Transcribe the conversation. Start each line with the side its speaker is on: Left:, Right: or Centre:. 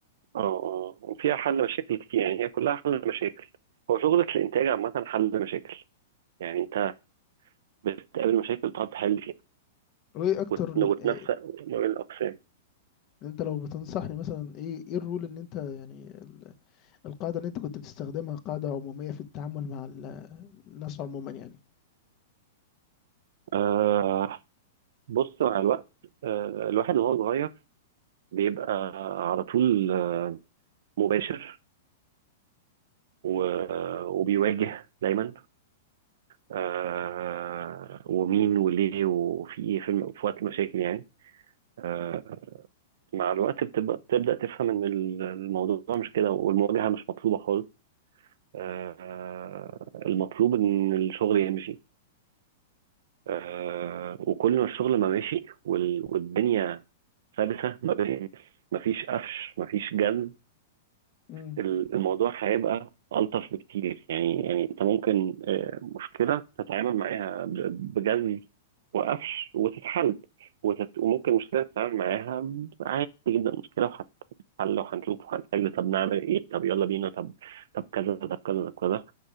Right: اه اه وفيها حل مشاكل كتير يعني هي كلها حل مشاكل هو شغلة الإنتاج عامة حل مشاكل يعني أنت بتقابل مشاكل تقعد تحل فيها
Left: وايه اكتر
Right: وت-
Left: ال-
Right: وتنسق
Left: إيه
Right: ما بين الأقسام
Left: انت لو بتنصحني مثلا ايه ايه الرول اللي انت يعني ال- القاعدة اللي انت كنت بتستخدمها قاعدة عمومية في التعامل مع ال- الناس عموما يعني
Right: آه بص مع الوقت آه الواحد وهو صغير بيبقى على طول آه مباشر و- وبيواجه دايما آه ومين وليه وفي ايه في الم- في وقت المشاكل يعني آه مع الوقت بتبقى بتبدأ تفهم ان ال- الموضوع مش كده والمواجهة مش مطلوبة خالص آه المطلوب ان الشغل يمشي آه وكل ما الشغل ما ماشي وال- والدنيا سلسة ما بين مفيش قفش مفيش جد
Left: مم.
Right: ال- الموضوع هيبقى ألطف بكتير يعني يعني أنت ممكن آه، مشكلة تتعامل معاها ب- بجد وقفش وتتحل وتت... وممكن مشكلة تتعامل معاها ب- عادي جدا مشكلة وهتتحل وهنشوف وهنحل طب نعمل إيه طب يلا بينا طب طب كذا طب كذا طب كذا